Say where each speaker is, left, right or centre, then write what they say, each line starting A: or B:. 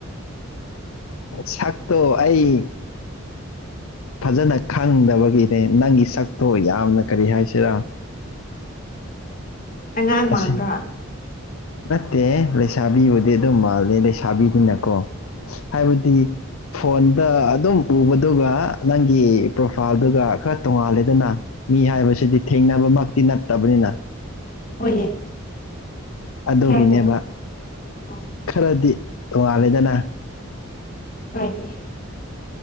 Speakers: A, on the left; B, on the left.
A: ꯁꯥꯛꯛꯇꯣ ꯑꯩ ꯐꯖꯅ ꯈꯪꯗꯕꯒꯤꯅꯦ ꯅꯪꯒꯤ ꯁꯛꯇꯣ ꯌꯥꯝꯅ ꯀꯔꯤ ꯍꯥꯏꯁꯤꯔꯥ
B: ꯑꯉꯥꯡ
A: ꯑꯁꯤ
B: ꯃꯥꯟꯕ꯭ꯔꯥ
A: ꯅꯠꯇꯦ ꯂꯩꯁꯥꯕꯤꯕꯨꯗꯤ ꯑꯗꯨꯝ ꯃꯥꯂꯦ ꯂꯩꯁꯥꯕꯤꯗꯨꯅꯀꯣ ꯍꯥꯏꯕꯗꯤ ꯐꯣꯟꯗ ꯑꯗꯨꯝ ꯎꯕꯗꯨꯒ ꯅꯪꯒꯤ ꯄ꯭ꯔꯣꯐꯥꯏꯜꯗꯨꯒ ꯈꯔ ꯇꯣꯡꯉꯥꯜꯂꯦꯗꯅ ꯃꯤ ꯍꯥꯏꯕꯁꯤꯗꯤ ꯊꯦꯡꯅꯕꯃꯛ ꯇꯤ ꯅꯛꯇꯕꯅꯤꯅ
B: ꯍꯣꯏꯅꯦ
A: ꯑꯗꯨꯒꯤꯅꯦꯕ
B: ꯈꯔ ꯇꯣꯛꯑꯣ ꯎꯝ
A: ꯈꯔꯗꯤ ꯇꯣꯡꯉꯥꯜꯂꯦꯗꯅ
B: ꯍꯅꯦ